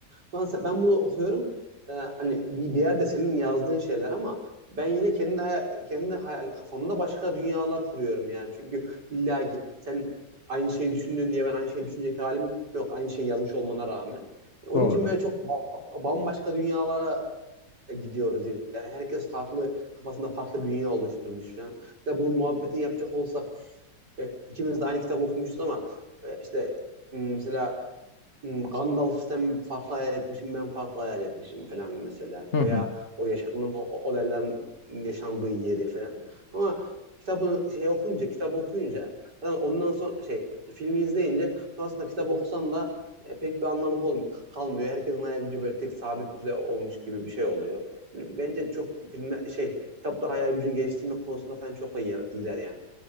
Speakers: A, on the right (about 75°); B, on the left (about 45°).
A: Sonra sen- ben bunu okuyorum. Ee, hani bir, bir yerde senin yazdığın şeyler ama ben yine kendi hayal, kendi hayal kafamda başka dünyalar kuruyorum yani. Çünkü illa ki sen aynı şeyi düşündün diye ben aynı şeyi düşünecek halim yok. Aynı şeyi yazmış olmana rağmen. Onun
B: Doğru.
A: için böyle çok ba- bambaşka dünyalara gidiyoruz yani. Herkes farklı kafasında farklı bir dünya oluşturmuş falan. Mesela bunun muhabbetini yapacak olsak e, ikimiz de aynı kitap okumuşuz ama e, işte mesela Hmm, Gandalf sen farklı hayal etmişim ben farklı hayal etmişim falan mesela.
B: Hı
A: Veya
B: hı.
A: o yaşamın o o olayların yaşandığı yeri falan. Ama kitabı şey okuyunca kitabı okuyunca zaten ondan sonra şey filmi izleyince sonrasında kitabı okusan da e, pek bir anlamı kol- kalmıyor. Herkesin hayal gücü böyle tek sabit düzey olmuş gibi bir şey oluyor. Bence çok filme şey Kitaplar hayal gücünü geliştirmek konusunda falan çok iyi, iyiler ya.